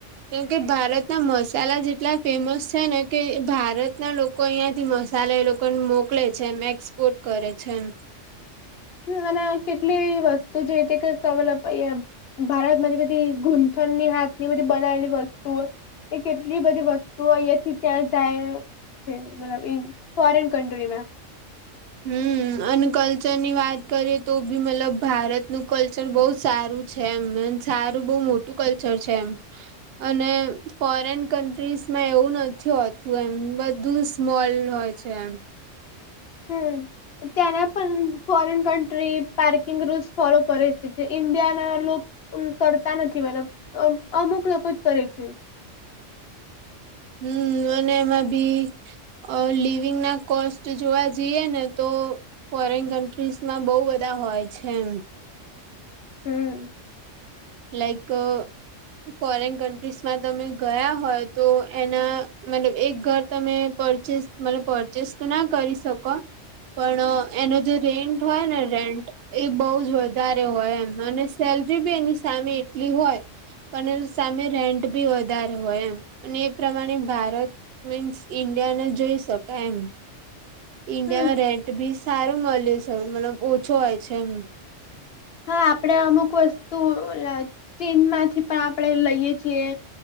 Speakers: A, on the right; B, on the left.
A: કેમ કે ભારતના મસાલાજ એટલા ફેમસ છે ને કે ભારતના લો કો અહીંયા થી મસાલા એ લોકોને મોકલે છે એમ એક્સપોર્ટ કરે છે એમ.
B: હ અને કેટલી વસ્તુ જે તે ક <unintelligible> ભારત માંથી બધી ઘૂથણની હાથની બધી બનાયલી વસ્તુઓ એ કેટલી બધી વસ્તુઓ અહિયાથી ત્યાં જાય અ મતલબ ઈન ફોરેન કન્ટ્રી માં
A: હમ્મ અને કલ્ચર ની વાત કરીએ તો ભી મતલબ ભારતનું કલ્ચર બહુ સારું છે એમ અન સારું બઉ મોટું કલ્ચર છે એમ. અને ફોરેન કન્ટ્રીઝમાં એવું નથી હોતું એમ બધું સ્મોલ હોય. અચ્છા એમ
B: હમ્મ ત્યાં ના પણ foreign country parking rules follow કરે છે જે ઈન્ડિયાના લો કરતા નથી મલબ અમુક લોકો જ કરે છે.
A: હમ્મ અને એમાં બી અ લિવિંગ ના કોસ્ટ જોવા જઈએ ને તો ફોરેન કન્ટ્રીઝમાં બહુ બધા હોય છે એમ.
B: હમ
A: લાઈક ફોરેન કન્ટ્રીસમાં તમે ગયા હોય તો એના મતલબ એક ઘર તમે પરચેસ મતલબ પરચેસ તો ના કરી શકો પણ એનો જે રેન્ટ હોય ને રેન્ટ એ બહુ જ વધારે હોય એમ અને સેલરી બી એની સામે એટલી હોય અને સામે રેન્ટ બી વધારે હોય એમ અને એ પ્રમાણે ભારત મીન્સ ઇન્ડિયા ને જોઈ શકાય એમ ઈન્ડિયામાં
B: હમ
A: રેન્ટ બી સારું મળે છે મતલબ ઓછો હોય છે એમ.
B: હા આપણે અમુક વસ્તુ ચીનમાંથી પણ આપણેે લઈએ છીએ.